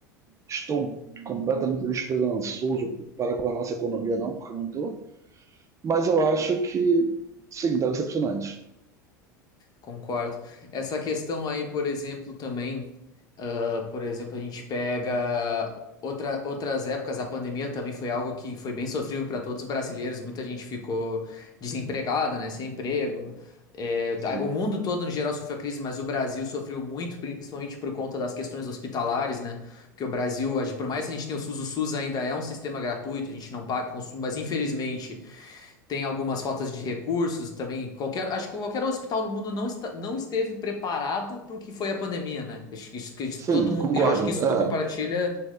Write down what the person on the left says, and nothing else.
Concordo. Essa questão aí, por exemplo, também, ah, por exemplo, a gente pega outra, outras épocas, a pandemia também foi algo que foi bem sofrível para todos os brasileiros, muita gente ficou desempregada, né, sem emprego. É,
tá, o mundo todo, no geral, sofreu a crise, mas o Brasil sofreu muito, principalmente por conta das questões hospitalares, né? Porque o Brasil, a gente- por mais que a gente tenha o SUS, o SUS ainda é um sistema gratuito, a gente não paga consumo, mas infelizmente tem algumas faltas de recursos também. Qualquer, acho que qualquer hospital no mundo não, está, não esteve preparado para o que foi a pandemia, né? Acho que isso, que isso
todo mundo,
eu acho que isso
tu compartilha